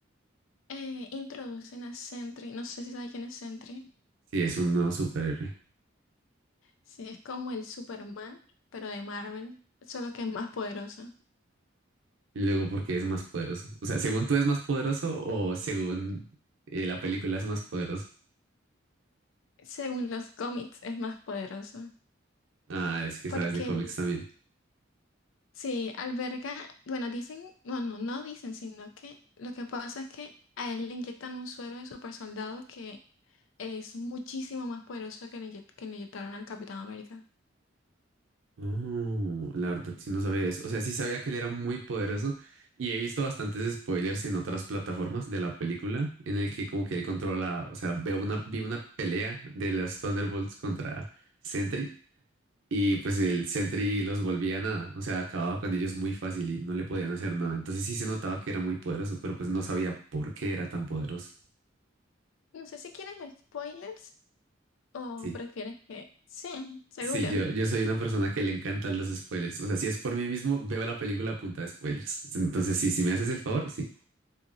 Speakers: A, on the left; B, on the right.
A: Eh, introducen a Sentry, no sé si sabes quién es Sentry.
B: Sí, es un nuevo superhéroe.
A: Sí, es como el Superman, pero de Marvel, solo que es más poderoso.
B: Y luego, ¿por qué es más poderoso? O sea, ¿según tú es más poderoso o según eh, la película es más poderoso?
A: Según los cómics, es más poderoso.
B: Ah, es que
A: Porque
B: sabes de cómics también.
A: sí, alberga, bueno, dicen, bueno, no dicen, sino que lo que pasa es que a él le inyectan un suero de super soldado que es muchísimo más poderoso que le, inye- que le inyectaron al Capitán América.
B: Oh, la verdad sí no sabía eso. O sea, sí sabía que él era muy poderoso y he visto bastantes spoilers en otras plataformas de la película en el que como que él controla, o sea, veo una, vi una pelea de los Thunderbolts contra Sentry y pues el Sentry los volvía nada, o sea, acababa con ellos muy fácil y no le podían hacer nada. Entonces sí se notaba que era muy poderoso, pero pues no sabía por qué era tan poderoso.
A: No sé si quieres spoilers o
B: Sí.
A: prefieres que... Sí, seguro.
B: Sí, yo, yo soy una persona que le encantan los spoilers. O sea, si es por mí mismo, veo la película a punta de spoilers. Entonces, sí, si me haces el favor, sí.